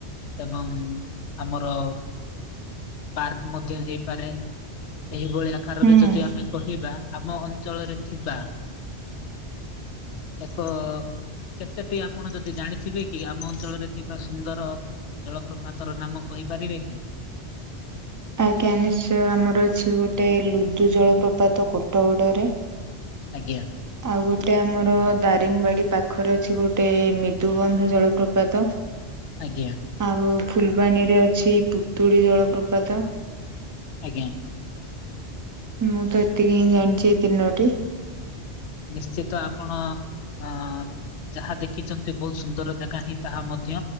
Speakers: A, on the left; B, on the right.
A: ଏବଂ ଆମର ପାର୍କ ମଧ୍ୟ ହେଇପାରେ। ଏହିଭଳି ଆକାରରେ
B: ହୁଁ
A: ଯଦି ଆମେ ଖିବା, ଆମ ଅଞ୍ଚଳରେ ଥିବା ଏକ-ଅ କେତେଟି ଆପଣ ଯଦି ଜାଣିଥିବେ କି, ଆମ ଅଞ୍ଚଳରେ ଥିବା ସୁନ୍ଦର ଜଳପ୍ରପାତ ର ନାମ କହିପାରିବେ କି?
B: ଆଜ୍ଞା, ନିଶ୍ଚୟ ଆମର ଅଛି ଗୋଟେ ଲୁଦୁ ଜଳ ପ୍ରପାତ କୋଟ ଗୋଡରେ।
A: ଆଜ୍ଞା।
B: ଆଉ ଗୋଟେ ଆମର ଦାରିଙ୍ଗିବାଡ଼ି ପାଖରେ ଅଛି ଗୋଟେ-ଏ ମ୍ରିଦୁବନ୍ଧ ଜଳପ୍ରପାତ।
A: ଆଜ୍ଞା।
B: ଆଉ ଫୁଲ୍ ବାଣୀରେ ଅଛି ପୁତୁଳି ଜଳପ୍ରପାତ।
A: ଆଜ୍ଞା।
B: ମୁଁ ତ ଏତିକି ହିଁ ଜାଣିଚି ଏଇ ତିନୋଟି।
A: ନିଶ୍ଚିତ ଆପଣ ଅଁ ଯାହା ଦେଖିଛନ୍ତି ବହୁତ ସୁନ୍ଦର ଜାଗା ହିଁ ତାହା ମଧ୍ୟ